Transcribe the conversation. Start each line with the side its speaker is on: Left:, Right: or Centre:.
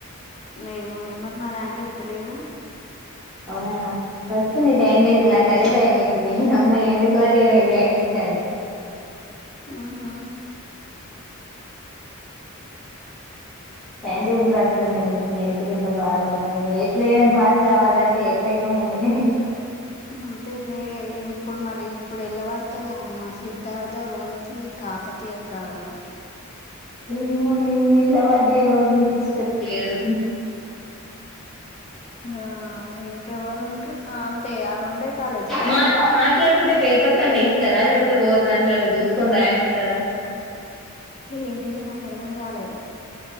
Left: నే మూ నే మరి మా దాంట్లో పెట్టలేగా
Centre: అవునా వచ్చింది టైం టేబుల్ నాకు అదే భయమైతుంది దీనమ్మ ఎందుకోల్టీయి బ్యాక్లిప్స్ అని
Left: ఆ హా
Centre: టైం టేబుల్ రాకుడా ఇం ఎందుకు ఇంత బాధ గుండు ఎట్లయినా పాస్ కావాలంటే ఎట్లయితే ఊగేనే
Left: అంతేలే ఇప్పుడు మరి ఇప్పుడు వెళ్ళబడుతుంది మ్మ సిద్ధార్థ ఓంది కాకతీయ కారు
Centre: ఏమో నే ఇళ్ళ పడ్డా ఎవరు చూపించటట్లేడు
Left: ఆ ఇంకెవరుంట అంతే ఆ రెండే కాలేజీగా
Centre: మా మాట్లాడుకుంటే పేపర్స్ అన్ని ఇస్తారా లేకపోతే బో దాంట్లోన్న చూసుకొని రాయమంటారా.
Left: ఏంటిది నాకుడగ కాలే